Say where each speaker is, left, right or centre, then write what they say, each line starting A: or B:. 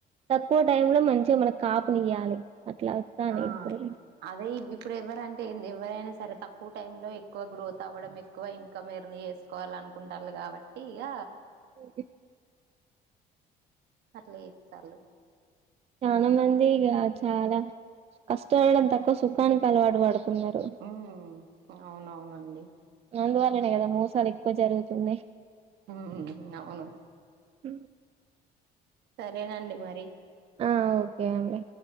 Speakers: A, on the right; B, on the right.
A: తక్కువ టైమ్ లో మంచిగా మనకు కాపునియ్యాలి అట్లా వస్తానయి
B: ఆ
A: ఇప్పుడు
B: అదే ఇప్పుడు ఎవరంటే ఎవరైనా సరే తక్కువ టైమ్ లో ఎక్కువ గ్రోత్ అవ్వడం ఎక్కువ ఇన్కమ్ ఎర్న్ చేసుకోవాలనుకుంటాల్లు కాబట్టి ఇక
A: ఈ
B: అట్లా చెత్తళ్లు
A: చాలా మంది ఇగ చాలా కష్టపడడం తక్కువ సుఖానికి అలవాటు పడుతున్నారు
B: ఉ అవునవునండి
A: అందువల్లనే కదా మోసాలు ఎక్కువ జరుగుతున్నాయి
B: హ అవును
A: ఇ
B: సరేనండి మరి
A: ఆ ఓకే అండి